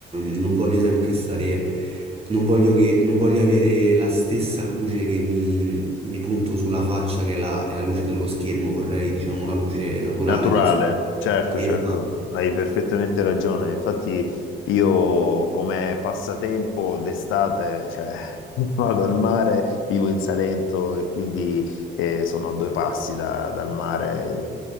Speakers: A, on the right; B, on the left.
A: eh, non voglio sempre stare, non voglio che, non voglio avere la stessa luce che mi, mi punto sulla faccia che è la, è la luce dello schermo, vorrei diciamo la luce naturale
B: Naturale,
A: del sole.
B: certo,
A: Esatto.
B: certo, hai perfettamente ragione. Infatti io come passatempo d'estate, cioè, <laughs> vado al mare, vivo in Salento e quindi eh, sono a due passi da- dal mare